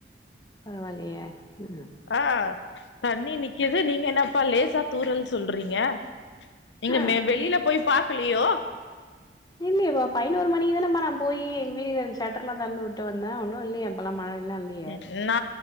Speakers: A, on the left (about 20°); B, on the left (about 85°).
A: பரவால்லையே ம் ம்
B: ஆ தண்ணி நிக்குது நீங்க என்னப்பா லேசா தூரல்னு சொல்றீங்க நீங்க
A: ஆ
B: மே வெளியில போய் பாக்கலியோ
A: இல்லையே இப்போ பதினொரு மணிக்கு தானப்ப நா போயி எங்க வீட்டுக்காரர்கு ஷட்டர்ல்லா தெறந்து உட்டு வந்தே ஒன்னு இல்லையே அப்போலா மழை எல்லா இல்லயே
B: ம் நா